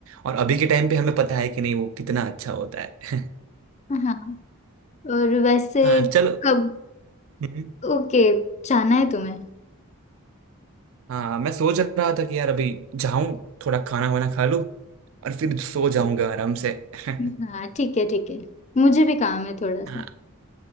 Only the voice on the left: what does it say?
हाँ और वैसे
कब
ओके जाना है तुम्हें
हाँ ठीक है ठीक है मुझे भी काम है थोड़ा सा